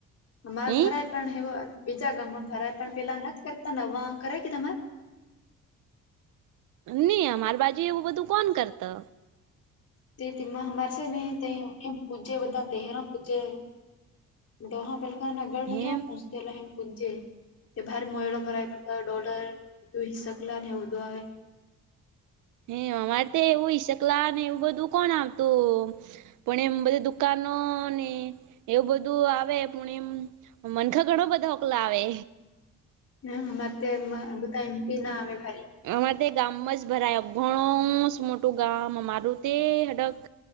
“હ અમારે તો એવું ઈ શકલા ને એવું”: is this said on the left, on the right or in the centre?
Right